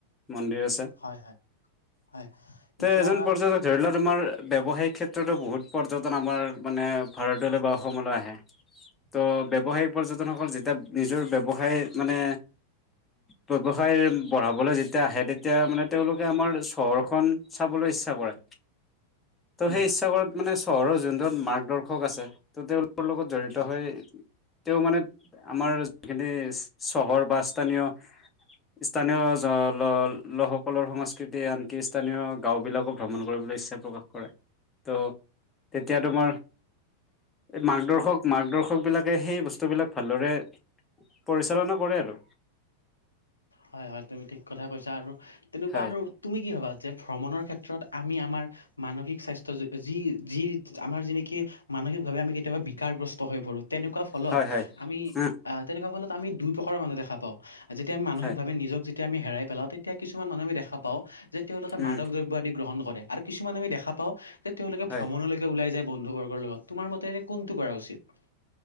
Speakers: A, on the left; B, on the left.
A: মন্দিৰ আছে
B: হয় হয় হয়
A: তে
B: এতিয়া
A: এজন পৰ্যটক ধৰিলোৱা তোমাৰ ব্যৱসায়িক ক্ষেত্ৰতো বহুত পৰ্যটন আমাৰ মানে ভাৰতলৈ বা অসমলৈ আহে ত' ব্যৱসায়িক পৰ্যটন সকল যেতিয়া নিজৰ ব্যৱসায় মানে ব্যৱসায় বঢ়াবলৈ যেতিয়া আহে তেতিয়া মানে তেওঁলোকে আমাৰ চহৰখন চাবলৈ ইচ্ছা কৰে ত'
B: উম
A: সেই ইচ্ছা কৰাত মানে চহৰৰ জোনজন মাৰ্গদৰ্শক আছে ত' তেওঁলোকৰ লগত জড়িত
B: হয়
A: হৈ তেওঁ মানে আমাৰ যিখিনি চহৰ বা স্থানীয় স্থানীয় জ ল লো লোকসকলৰ সংস্কৃতিয়ে আনকি স্থানীয় গাঁওবিলাকো ভ্ৰমণ কৰিবলৈ ইচ্ছা প্ৰকাশ কৰে ত' তেতিয়া তোমাৰ এই মাৰ্গদৰ্শক মাৰ্গদৰ্শক বিলাকে সেই বস্তুবিলাক ভালদৰে পৰিচালনা কৰে আৰু
B: হয় হয় তুমি ঠিক কথাই কৈছা আৰু তেনেকুৱা
A: হয়
B: আৰু তুমি কি ভাবা যে ভ্ৰমণৰ ক্ষেত্ৰত আমি আমাৰ মানসিক স্বাস্থ্য যি যি আমাৰ যিনেকি মানসিক ভাৱে আমি কেতিয়াবা বিকাৰগ্ৰস্ত হৈ পৰোঁ। তেনেকুৱা ফলত
A: হয় হয়
B: আমি
A: উম
B: আ আমি দুই প্ৰকাৰ মানুহ দেখা পাও যেতিয়া আমি মানসিক
A: হয়
B: আমি নিজক যেতিয়া আমি হেৰাই পেলাও তেতিয়া কিছুমানুহ আমি দেখা পাওঁ যে তেওঁলোকে
A: উম
B: মাদক দ্ৰব্য আদি গ্ৰহণ আৰ কিছুমান আমি দেখা পাওঁ যে তেওঁলোকে
A: হয়
B: ভ্ৰমণলৈকে ওলাই যায় বন্ধুবৰ্গৰ লগত তোমাৰ মতে কোনটো কৰা <unintelligible>